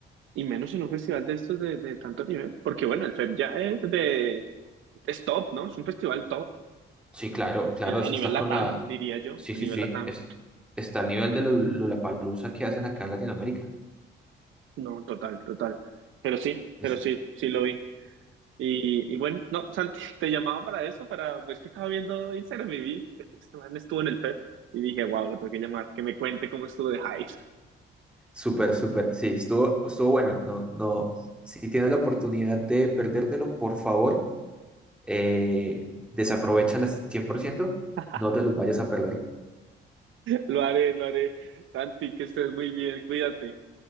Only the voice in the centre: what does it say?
Sí, claro, claro,
eso
está con
la...
Sí,
sí,
sí,
es- está al nivel de la palusa que hacen acá en Latinoamérica.
Es
súper, súper, sí, estuvo, estuvo bueno. No, no, si tienes la oportunidad de perdértelo, por favor, eh, desaprovéchala 100%,
no te los vayas a perder.